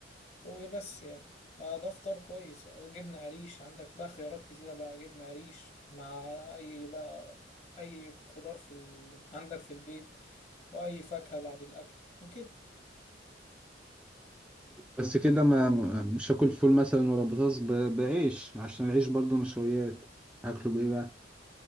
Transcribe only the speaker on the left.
وبس يعني آه، ده فطار كويس أو جبنة قريش عندك بقى خيارات كتيرة بقى جبنة قريش مع أي بقى أي خضار في ال... عندك في البيت أو أي فاكهة بعد الأكل وكده